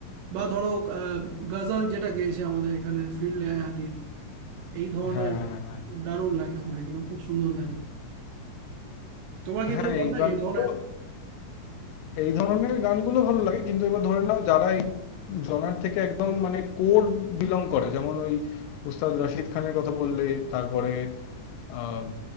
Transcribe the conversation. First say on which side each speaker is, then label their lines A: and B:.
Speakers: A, on the right; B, on the left.
A: বা ধরো আহ, গজাল যেটা গেয়েছে আমাদের এখানে ফিরলে আয়া দিল এই ধরনের
B: হ্যাঁ হ্যাঁ হ্যাঁ
A: দারুণ লাগে আমার এগুলো খুব সুন্দর লাগে তোমার কি
B: হ্যাঁ
A: এগুলো ভালো
B: এই
A: লাগে
B: গানগুলো
A: এই ধরনের
B: এই ধরনের গানগুলো ভালো লাগে কিন্তু এবার ধরে নাও যারা এই জনার থেকে একদম মানে কোর বিলং করে যেমন ওই উস্তাদ রাশিদ খানের কথা বললে তারপরে আম,